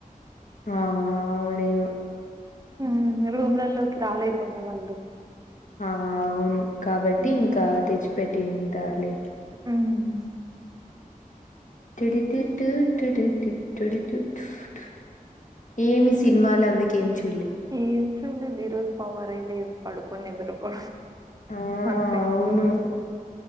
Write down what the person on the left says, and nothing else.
ఆ ఆ అవుడే
ఆ ఆ అవును కాబట్టి
ఇంకా తెచ్చిపెట్టింటారులే
<unintelligible> ఏమి సినిమాలందుకే చు
ఆ!
అవును.